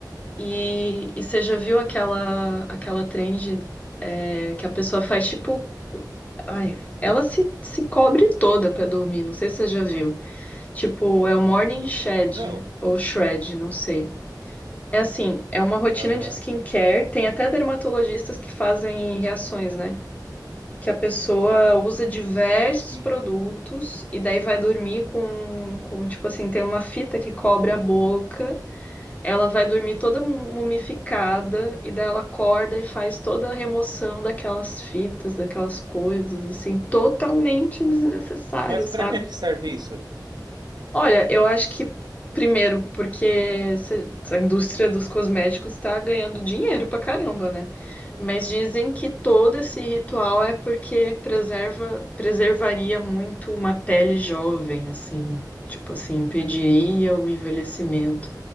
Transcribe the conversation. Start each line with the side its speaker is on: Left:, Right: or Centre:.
Left: e, e você já viu aquela, aquela trend, é, que a pessoa faz, tipo, Ai, ela se, se cobre toda pra dormir, não sei se você já viu. Tipo, é o Morning Shed
Right: Não.
Left: ou Shred, não sei. É assim, é uma rotina
Right: Aham.
Left: de skincare. Tem até dermatologistas que fazem reações, né? Que a pessoa usa diversos
Right: Sim.
Left: produtos e daí vai dormir com, com, tipo assim, tem uma fita que cobre a boca. Ela vai dormir toda mu- mumificada e daí ela acorda e faz toda a remoção daquelas fitas, daquelas coisas, assim, totalmente desnecessário,
Right: Mas
Left: sabe?
Right: pra que que serve isso?
Left: Olha, eu acho que primeiro, porque essa essa indústria dos cosméticos está ganhando dinheiro pra caramba, né? Mas dizem que todo esse ritual é porque preserva, preservaria muito uma pele jovem, assim, tipo assim, impediria o envelhecimento.